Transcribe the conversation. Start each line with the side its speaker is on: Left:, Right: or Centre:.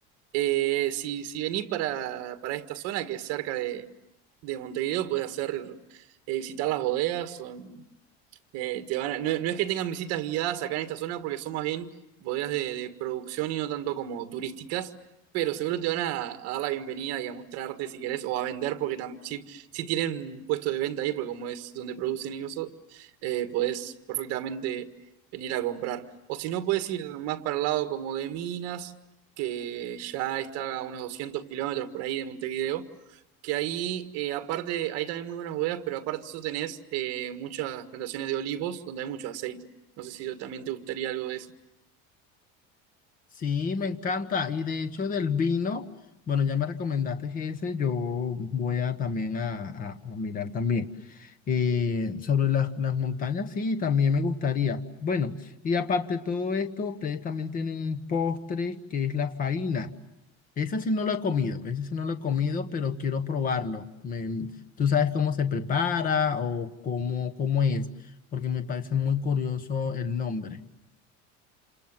Right: Eh, si, si venís para, para esta zona que es cerca de, de Montevideo, puedes hacer eh, visitar las bodegas o, eh, te van a- no, no es que tengan visitas guiadas acá en esta zona porque son más bien bodegas de, de producción y no tanto como turísticas, pero seguro te van a, a dar la bienvenida y a mostrarte si querés o a vender porque tam- si, si tienen puesto de venta ahí, porque como es donde producen y eso, eh, podés perfectamente venir a comprar. O si no, podés ir más para el lado como de Minas, que ya está a unos 200 kilómetros por ahí de Montevideo que ahí, eh, aparte, hay también muy buenas bodegas, pero aparte de eso tenés eh, muchas plantaciones de olivos donde hay mucho aceite. No sé si también te gustaría algo de eso.
Left: Sí, me encanta. Y de hecho del vino, bueno, ya me recomendaste ese, yo voy a también a, a- a mirar también. Eh, sobre las, las montañas, sí, también me gustaría. Bueno, y aparte de todo esto, ustedes también tienen un postre que es la faina. Ese sí no lo he comido, ese sí no lo he comido, pero quiero probarlo. Me- ¿tú sabes cómo se prepara o cómo, cómo es? Porque me parece muy curioso el nombre.